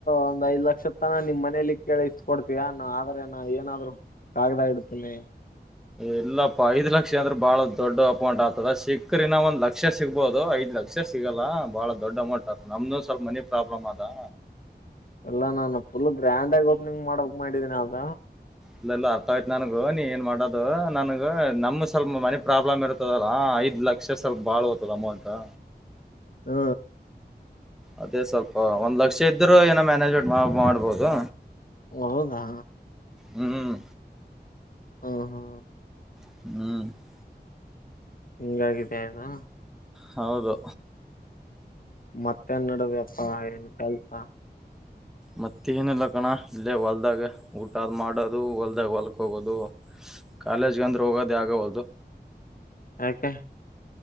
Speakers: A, on the left; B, in the centre.
A: ಒಂದ್ ಐದ್ ಲಕ್ಷ ತನ ನಿಮ್ ಮನೇಲಿ ಕೇಳಿಸತ ಕೊಡ್ತೀಯ ನ ಆದ್ರೆ ನಾ ಏನಾದ್ರು ಕಾಗದ ಇಡ್ತೀನಿ.
B: ಇಲ್ಲಪ್ಪಾ ಐದ್ ಲಕ್ಷ ಅಂದ್ರೆ ಬಾಳ ದೊಡ್ಡ ಅಮೌಂಟ್ ಆತದ ಸಿಕ್ರಿ ಇನ್ನ ಒಂದ್ ಲಕ್ಷ ಸಿಗ್ಬಹುದು ಐದ್ ಲಕ್ -- ಲಕ್ಷ ಸಿಗಲ್ಲ ಬಾಳ ದೊಡ್ ಅಮೌಂಟ್ ಆತ್ ನಮ್ದು ಸ್ವಲ್ಪ ಮನೆ ಪ್ರಾಬ್ಲಮ್ ಅದಾ.
A: ಎಲ್ಲಾ ನಾನು ಫುಲ್ ಗ್ರ್ಯಾಂಡ್ ಆಗಿ ಓಪನಿಂಗ್ ಮಾಡಕ್ ಮಾಡಿದ್ದೀನಿ ಅದ.
B: ಇಲ್ಲಲ್ಲ ಅರ್ಥ ಆಯ್ತು ನನ್ಗು ನೀ ಏನ್ ಮಾಡೋದು ನನಗ ನಮ ಸ್ವಲ್ಪ ಮನೆ. ಪ್ರಾಬ್ಲಮ್ ಇರ್ತದಲ್ಲ ಐದು ಲಕ್ಷ ಸ್ವಲ್ಪ ಬಾಳ್ ಹೊರದ್ ಅಮೌಂ ಟು.
A: ಹ್ಮ
B: ಅದೇ ಸ್ವಲ್ಪ ಒಂದ್ ಲಕ್ಷ ಇದ್ರ ಏನೋ ಮ್ಯಾನೇಜ್ಮೆಂಟ್ ಮಾಡ್ ಮಾಡ್ಬೋದು.
A: ಹೌದಾ
B: ಹ್ಮ್
A: ಉ ಹು
B: ಹ್ಮ
A: ಹಿಂಗಾಗಿದೆನು.
B: ಹೌದು
A: ಮತ್ತೇನ್ ನಡದ ಅಪ್ಪಾ ಏನ್ ಕೆಲ್ಸ.
B: ಮತ್ತ ಏನಿಲ್ಲ ಕಣ ಇಲ್ಲೇ ಹೊಲ್ದಾಗ ಊಟಾದ್ ಮಾಡೋದು ಹೊಲ್ದಾಗ ಹೊಲಕ್ ಹೋಗೋದು.
A: <unintelligible>
B: ಕಾಲೇಜ್ಗೆ ಅಂದ್ರೆ ಹೋಗೋದ ಯಾಗ ಹೊಗದು.
A: ಯಾಕೆ